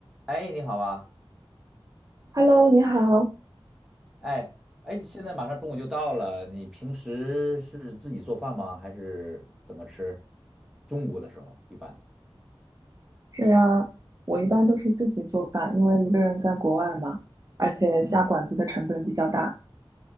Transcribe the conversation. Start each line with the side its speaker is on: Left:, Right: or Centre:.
Centre: 哎，你好啊！
Right: Hello，你好。
Centre: 哎哎，现在马上中午就到了，你平时是自己做饭吗？还是怎么吃？中午的时候一般。
Right: 是呀，我一般都是自己做饭，因为一个人在国外嘛，而且下馆子的成本比较大。
Centre: 嗯，